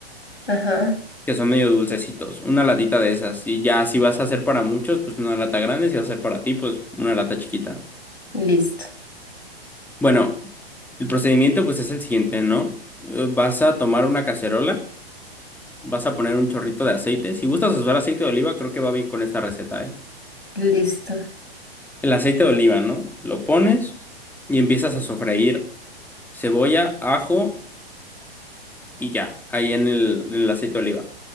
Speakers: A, on the left; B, in the centre.
A: Ajá.
B: que son medio dulcecitos. Una latita de esas. Y ya si vas a hacer para muchos, pues una lata grande. Si vas a hacer para ti, pues una lata chiquita.
A: Listo.
B: Bueno, el procedimiento pues es el siguiente, ¿no? Eh, Vas a tomar una cacerola, vas a poner un chorrito de aceite. Si gustas usar aceite de oliva, creo que va bien con esta receta, ¿eh?
A: Listo.
B: El aceite de oliva, ¿no? Lo pones y empiezas a sofreír. cebolla, ajo y ya, ahí en el, en el aceite de oliva.